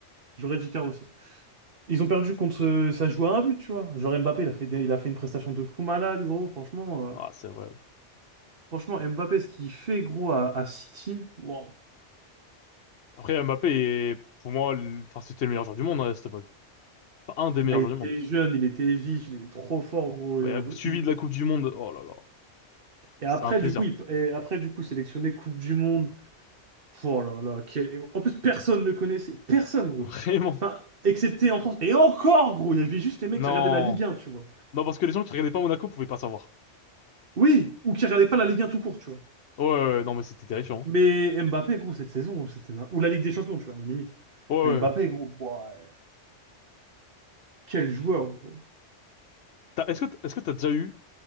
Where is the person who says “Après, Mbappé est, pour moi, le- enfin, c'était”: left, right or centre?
Left